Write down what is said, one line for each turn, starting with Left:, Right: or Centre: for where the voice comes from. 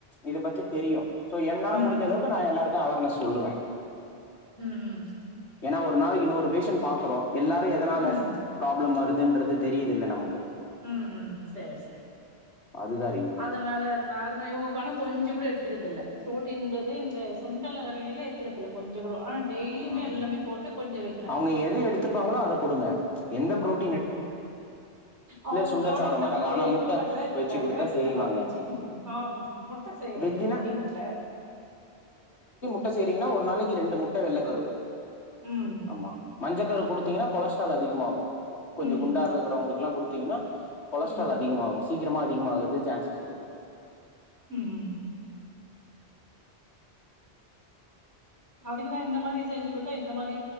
Left: இத பத்தி தெரியு சோ என்னால
Right: ம், ம்,
Left: முடிஞ்சளவுக்கு நா எல்லாருக் அவர்நஸ் சொல்லுவ
Right: ம் உம்
Left: ஏன்னா ஒரு நாளக்கு நூறு பேசண்ட் பாக்குறோ எல்லாரு எதனால
Right: ம்,
Left: ப்ராப்ளம் வருது ன்றது தெரியுதில்ல நமக்கு
Right: உம் உம் செரி செரி
Left: அதுதான் ரீசன்
Right: அதனால நா அதன இவங்க காணோ கொஞ்சு கூட எடுத்து எத்துக்குர்தில்ல புரோட்டின்றதே இந்த சுண்டல் வகைகலே எத்துக்கறதில்ல கொஞ்சு கூட ஆனா டெய்லியுமே
Left: உம்
Right: எல்லாமே போட்டு கொஞ்சம் வைக்கிறேன்.
Left: அவங்க எத எடுத்துப்பாங்களோ அத குடுங்க எந்த ப்ரோட்
Right: அவங்க
Left: சுண்டல்
Right: புரோடின்
Left: சாப்பிட மாட்டாங்க
Right: தா
Left: ஆனா
Right: எக்கு
Left: முட்டை
Right: மட்டுந்தா எட்த்துக்கிறாங்க
Left: வச்சு கொடுத்தா செய்வாங்க
Right: இல்ல நான் வெஜ்ஜு ஆ முட்ட செய்ற
Left: வெஜ்ஜுனா
Right: டெய்லியுமே முட்ட
Left: ட்ட செய்றிங்கனா ஒரு நாளைக்கு ரெண்டு முட் ட்டு வெல்லக்கரு
Right: ம்
Left: ஆமா மஞ்சக்கரு கொடுத்தீங்கன்னா கொலஸ்ட்ரால் அதிகமாகு கொஞ்சு
Right: ம்
Left: குண்டா ருக்கற வங்களுக் எல்லா கொடுத்தீங்ன்னா கொலஸ்டரல்
Right: ம்
Left: அதிகமாகு சீக்கிரமா அதிகமாகது சான்சஸ் இருக்கு
Right: உம் உம் உம் அதுக்குதா இந்த மாரி செஞ்சு குத்தா இந்த மாரி